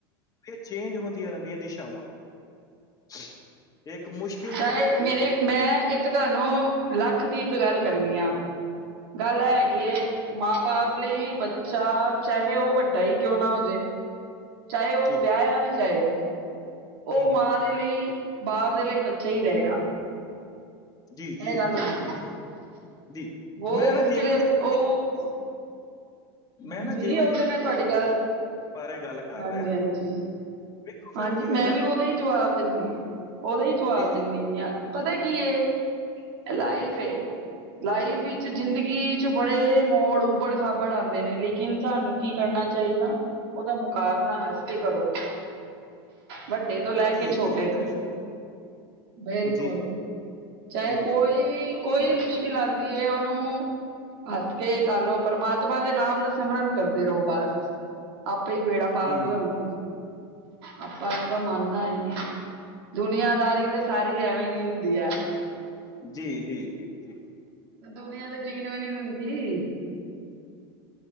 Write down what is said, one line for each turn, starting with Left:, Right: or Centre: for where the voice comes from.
Left: ਚੇਂਜ ਹੁੰਦੀਆਂ ਰਹਿੰਦੀਆਂ ਦਿਸ਼ਾਵਾਂ ਇਹ ਇੱਕ ਮੁਸ਼ਕਿਲ
Right: ਚਾਹ
Left: ਜੀਵਨ
Right: ਮੇਰੇ ਮੈਂ ਇੱਕ ਤੁਹਾਨੂੰ ਲੱਖ ਦੀ ਇੱਕ ਗੱਲ ਕਰਨੀ ਆ ਗੱਲ ਹੈਗੀ
Left: ਕਰ ਦੋ ਜੀ
Right: ਮਾਂ ਬਾਪ ਲਈ ਬੱਚਾ ਚਾਹੇ ਉਹ ਵੱਡਾ ਹੀ ਕਿਉਂ ਨਾ ਹੋ ਜੇ ਚਾਹੇ ਉਹ
Left: ਜੀ
Right: ਵਿਆਹ ਆ ਵੀ ਚਾਹੇ ਉਹ
Left: ਹੂੰ ਹੂੰ
Right: ਮਾਂ ਦੇ ਲਈ ਬਾਪ ਦੇ ਲਈ ਬੱਚਾ ਹੀ ਰਹੇਗਾ
Left: ਜੀ ਜੀ
Right: ਇਹ ਗੱਲ
Left: ਜੀ
Right: ਹੁੰਦੀ
Left: ਜੀ
Right: ਹੈ।
Left: ਜੀ ਜੀ
Right: ਵੋ
Left: ਮੈਂ ਨਾ
Right: ਉਸਕੇ
Left: ਜੀਵਨ
Right: ਲੀਏ
Left: ਦੀ
Right: ਉਹ
Left: ਮੈਂ
Right: ਹਾਂਜੀ
Left: ਨਾ ਜੀਵਨ
Right: ਉਹ
Left: ਦੀ
Right: ਤੇ ਮੈਂ ਤੁਹਾਡੀ ਗੱਲ
Left: ਬਾਰੇ ਗੱਲ ਕਰ
Right: ਹਾਂਜੀ
Left: ਰਿਹਾ
Right: ਹਾਂਜੀ
Left: ਵੇਖੋ ਫਿਰ
Right: ਹਾਂਜੀ
Left: ਕੀ ਹੋਏਗਾ
Right: ਮੈਂ ਵੀ ਉਹਦਾ ਹੀ ਜਵਾਬ ਦਿੰਦੀ ਹਾਂ ਉਹਦਾ ਹੀ ਜਵਾਬ
Left: ਜੀ ਜੀ
Right: ਦਿੰਦੀ ਅੱਜ ਪਤਾ ਕੀ ਇਹ ਇਹ ਲਾਈਫ ਹੈ ਲਾਈਫ ਵਿੱਚ ਜ਼ਿੰਦਗੀ ਚ ਬੜੇ ਮੋੜ ਉਬੜ ਖਾਬੜ ਆਉਂਦੇ ਨੇ ਲੇਕਿਨ ਸਾਨੂੰ ਕੀ ਕਰਨਾ ਚਾਹੀਦਾ ਉਹਦਾ ਮੁਕਾਬਲਾ ਹੱਸ ਕੇ ਕਰੋ ਵੱਡੇ ਤੋਂ ਲੈ
Left: ਜੀ
Right: ਕੇ ਛੋਟੇ
Left: ਜੀ
Right: ਤੱਕ
Left: ਜੀ
Right: ਬਿਲਕੁਲ
Left: ਜੀ
Right: ਚਾਹੇ
Left: ਜੀ ਜੀ
Right: ਕੋਈ
Left: ਜੀ
Right: ਵੀ ਕੋਈ
Left: ਹੂੰ
Right: ਮੁਸ਼ਕਿਲ ਪਲਾਦੀ ਏ ਉਹਨੂੰ ਹੱਸ ਕੇ ਤ ਲੋ ਪਰਮਾਤਮਾ ਦੇ ਨਾਮ ਦਾ ਸਿਮਰਨ ਕਰਦੇ ਰਹੋ ਬਸ ਆਪੇ ਹੀ ਵੇੜਾ ਪਾਰ
Left: ਹੂੰ
Right: ਹੋ ਜਾਂਦਾ
Left: ਹੂੰ
Right: ਆਪਾਂ ਤਾਂ ਮੰਨਾ ਹੈ ਜੀ ਦੁਨੀਆਂਦਾਰੀ ਤੇ ਸਾਰੀ ਐਵੇਂ ਦੀ ਹੁੰਦੀ ਹੈ।
Left: ਜੀ ਜੀ ਜੀ ਜੀ ਜੀ
Right: ਦੁਨੀਆਂ ਦੇ ਜੀਨ ਵੀ ਨੀ ਦਿੰਦੀ